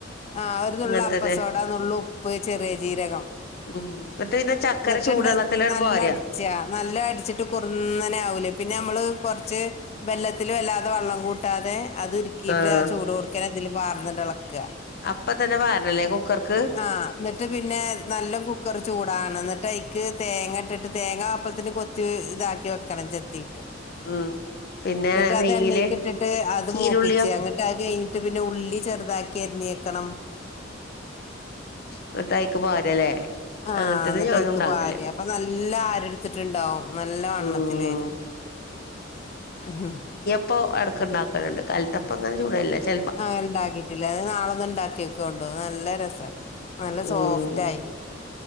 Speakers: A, on the left; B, on the left.
A: ആഹ് ഒരു നുള്ള്
B: അങ്ങനെ
A: അപ്പസോഡ
B: തന്നെ
A: നുള്ള് ഉപ്പ് ചെറിയ ജീരകം
B: ഉം എന്നിട്ട് പിന്നെ ചക്കര
A: ന്നിട്ടാണ്ട്
B: ചൂടുവെള്ളത്തിലട്
A: നല്ല
B: പാരാ
A: അ ച്ചാ നല്ല അടിച്ചിട്ട് കുറുന്നനെ ആവൂലേ പിന്നെ നമ്മള് കുറച്ച് വെല്ലത്തിൽ വല്ലാതെ വെള്ളം കൂട്ടാതെ അത് ഉരുക്കിയിട്ട്
B: ആഹ്
A: ആ ചൂടോടുക്കെന്നെ ഇതിൽ പാർന്നിട്ട് ഇളക്കാ
B: അപ്പ തന്നെ പാരണല്ലേ കുക്കർക്ക്
A: ആഹ് എന്നിട്ട് പിന്നെ നല്ല കുക്കർ ചൂടാവണം എന്നിട്ട് അയ്ക്ക് തേങ്ങ ഇട്ടിട്ട് തേങ്ങ അപ്പത്തിന് കൊ കൊത്തി ഇതാക്കി വെക്കണം ചെത്തിട്ട്
B: ഉം പിന്നെ
A: എന്നിട്ട് അത്
B: നെയ്യില്
A: എണ്ണയ്ക്ക് ഇട്ടിട്ട് അത്
B: ചീരുള്ളിയോ
A: മൂപ്പിച്ച <unintelligible> ഇന്ന്ട്ട് അത്‌ കഴിഞ്ഞിട്ട് പിന്നെ ഉള്ളി ചെറുതാക്കി അരിഞ്ഞേക്കണം
B: ഇന്നട്ട് അയ്ക്ക് പാരല്ലേ
A: ആഹ്
B: അങ്ങനെ തന്നെ
A: ന്നിട്ട്
B: ഞാനും
A: അയിക്ക്
B: ഉണ്ടാക്കല്
A: പാരാ അപ്പോ നല്ല ആരെടുത്തിട്ടുണ്ടാവും നല്ല വണ്ണത്തിൽ
B: ഉം
A: വര ഉം
B: ഇപ്പോ എടക്ക് ഉണ്ടാക്കലുണ്ട് കാലത്തപ്പം അങ്ങനെ ചൂടലില്ല ഇച്ച്
A: ആഹ് ഉണ്ടാക്കിയിട്ടില്ല അഹ് നാളെ ഒന്ന് ഇണ്ടാക്കി നോകൊണ്ടു നല്ല രസാണ് നല്ല
B: ഉം
A: സോഫ്റ്റ് ആയി